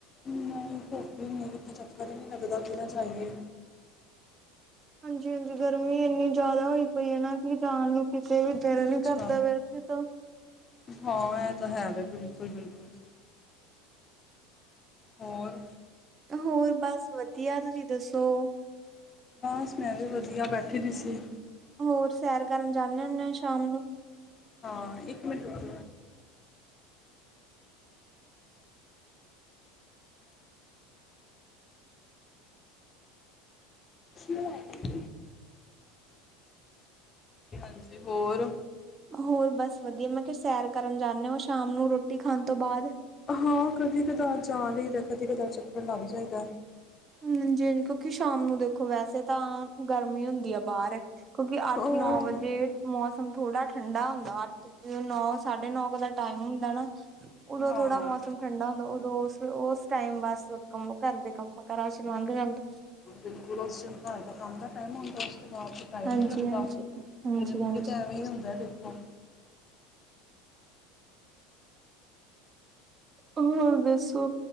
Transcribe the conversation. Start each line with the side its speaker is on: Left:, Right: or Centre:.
Left: ਇਨਾ ਧੁੱਪ ਇਕਿਤੇ ਚੱਕਰ ਹੀ ਨਹੀਂ ਲੱਗਦਾ ਕਿਤੇ ਜਾਈਏ।
Right: ਹਾਂਜੀ- ਹਾਂਜੀ। ਗਰਮੀ ਇੰਨੀ ਜ਼ਿਆਦਾ ਹੋਈ ਪਈ ਹੈ ਨਾ। ਜਾਣ ਨੂੰ ਕਿਤੇ ਵੀ ਦਿਲ
Left: ਅੱਛਾ
Right: ਨੀ ਕਰਦਾ ਵੈਸੇ ਤਾਂ।
Left: ਹਾਂ ਇਹ ਤਾਂ ਹੈ ਵ ਬਿਲਕੁਲ- ਬਿਲਕੁਲ। ਹੋਰ
Right: ਹੋਰ ਬਸ ਵਧੀਆ ਤੁਸੀਂ ਦੱਸੋ?
Left: ਬਸ ਮੈਂ ਵੀ ਵਧੀਆ, ਬੈਠੀ ਦੀ ਸੀ।
Right: ਹੋਰ, ਸੈਰ ਕਰਨ ਜਾਂਦੇ ਹੁੰਦੇ ਆ ੳ ਸ਼ਾਮ ਨੂੰ।
Left: ਹਾਂ, ਇੱਕ ਮਿੰਟ ਰੁੱਖ ਹਾਂਜੀ ਹਾਂਜੀ, ਹੋਰ
Right: ਹੋਰ ਬਸ ਵਧੀਆ ਮੈਂ ਕਿਹਾ ਸੈਰ ਕਰਨ ਜਾਂਦੇ ਹੋ ਸ਼ਾਮ ਨੂੰ ਰੋਟੀ ਖਾਣ ਤੋਂ ਬਾਅਦ।
Left: ਹਾਂ, ਕਦੀ- ਕਦਾਰ ਜਾ ਲਈਦਾ ਕਦੀ- ਕਦਾ ਚੱਕਰ ਲੱਗ ਜਾਈਦਾ।
Right: ਹ ਜੀ ਕਿਉਂਕਿ ਸ਼ਾਮ ਨੂੰ ਦੇਖੋ ਵੈਸੇ ਤਾਂ, ਗਰਮੀ ਹੁੰਦੀ ਆ ਬਾਹਰ। ਕਿਉਂਕਿ ਅੱਠ-
Left: ਉਹ
Right: ਨੌ
Left: ਹਾਂ
Right: ਵਜੇ ਮੌਸਮ ਥੋੜਾ ਠੰਢਾ ਹੁੰਦਾ, ਅੱਠ- ਨੌ ਸਾਢੇ -ਨੌ ਕੁ ਦਾ ਟਾਈਮ ਹੁੰਦਾ ਨਾ। ਉਦੋਂ
Left: ਹਾਂ
Right: ਥੋੜਾ ਮੌਸਮ ਠੰਡਾ ਹੁੰਦਾ। ਉਦ ਉਸ ਟਾਈਮ ਬਸ ਕੰਮ ਕਰਦੇ ਕੰਮ ਘਰਾਂ ਚ' ਲੰਘ ਜਾਂਦਾ।
Left: ਬਿਲਕੁਲ ਉਸ ਤੱਕ ਆਉ ਦਾ ਟਾਈਮ ਆਦਾ ਉਸ ਤੋਂ ਬਾਅਦ ਟਾਈਮ
Right: ਹਾਂਜੀ
Left: ਨਹੀਂ ਲੱਗਦਾ।
Right: ਹਾਂਜੀ ਹਾਂਜੀ
Left: ਮੇਰੇ ਨਾਲ
Right: ਹਾਂਜੀ
Left: ਵੀ ਤਾਂ ਐਵੇਂ ਹੀ ਹੁੰਦਾ ਦੇਖੋ।
Right: ਹੋਰ ਦੱਸੋ?